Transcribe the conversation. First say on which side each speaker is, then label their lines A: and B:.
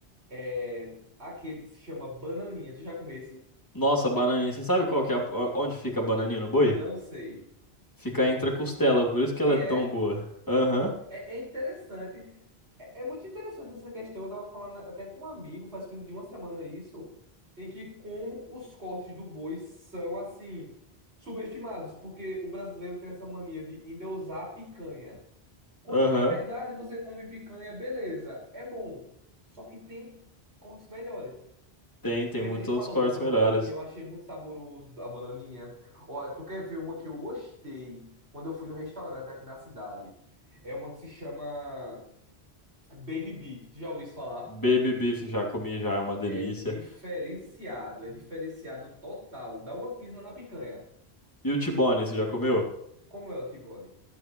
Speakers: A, on the right; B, on the left.
A: É aquele que se chama bananinha. Tu já comeu esse?
B: Nossa, a bananinha. Você sabe qual que é a... onde fica a bananinha no boi?
A: Não sei.
B: Fica
A: Não
B: entre
A: sei.
B: a costela, por isso que
A: E
B: ela é
A: é?
B: tão boa. Aham,
A: É, é interessante. É, é muito interessante essa questão. Eu estava falando até com um amigo, faz coisa de uma semana isso, em que como os cortes do boi são, assim, subestimados, porque o brasileiro tem essa mania de endeusar a picanha. Quando,
B: aham.
A: na verdade, você come picanha, beleza, é bom. Só que tem cortes melhores.
B: Tem, tem
A: Feito,
B: muitos
A: a gente
B: outros
A: falou
B: cortes
A: dessa bananinha,
B: melhores.
A: eu achei muito saboroso a bananinha. Ó, tu quer ver uma que eu gostei quando eu fui num restaurante aqui na cidade? É uma que se chama Baby Beef. Tu já ouviu isso falar?
B: Baby beef já comi, já é uma delícia.
A: É diferenciado, é diferenciado total. Dá uma pisa na picanha.
B: E o T-bone, você já comeu?
A: Como é o T-bone?